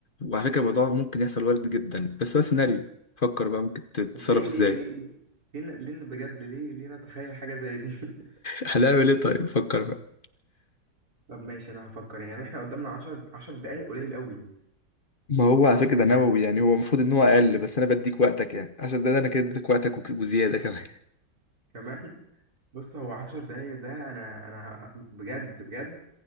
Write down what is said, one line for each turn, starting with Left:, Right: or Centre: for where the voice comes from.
Left: وعلى فكره الموضوع ممكن يحصل وارد جدا بس هو سيناريو فكر بقى ممكن تتصرف
Right: طب ليه
Left: ازاي
Right: ليه ليه ليه ليه ن- ليه ن- بجد ليه ليه نتخيل حاجه زي دي <laughs>
Left: هنعمل ايه طيب فكر بقى
Right: طب ماشي انا هفكر يعني احنا قدامنا 10 10 دقايق قليل قوي
Left: ما هو على فكرة
Right: يعني
Left: ده نووي يعني هو المفروض ان هو اقل بس انا بديك وقتك يعني عشان ده, ده انا كده اديتك وقتك وك- وزيادة كمان
Right: كمان بص هو 10 دقايق ده انا انا ه- بجد بجد